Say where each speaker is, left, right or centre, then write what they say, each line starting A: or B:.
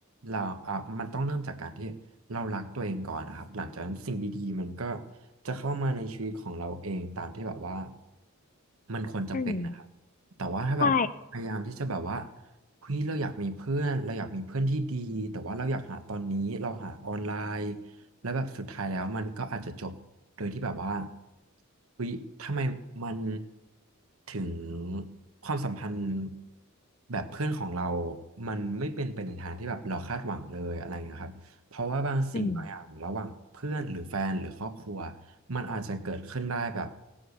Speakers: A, on the right; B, on the left.
A: เราอ่ามันต้องเริ่มจากการที่เรารักตัวเองก่อนนะครับหลังจากนั้นสิ่งดีๆมันก็จะเข้ามาในชีวิตของเราเองตามที่แบบว่ามันควรจะเป็นนะครับ
B: อืม
A: แต่ว่าถ้าแบบพยายามที่จะแบบว่า
B: ใช่
A: เฮ้ยเราอยากมีเพื่อนเราอยากมีเพื่อนที่ดีแต่ว่าเราอยากหาตอนนี้เราหาออนไลน์แล้วแบบสุดท้ายแล้วมันก็อาจจะจบโดยที่แบบว่าเฮ้ยทำไมมันถึงความสัมพันธ์แบบเพื่อนของเรา มันไม่เป็นไปในทางที่แบบเราคาดหวังเลยอะไรอย่างเงี้ยครับเพราะว่าบางสิ่งบางอย่างระหว่างเพื่อนหรือแฟนหรือครอบครัว
B: อืม
A: มันอาจจะเกิดขึ้นได้แบบ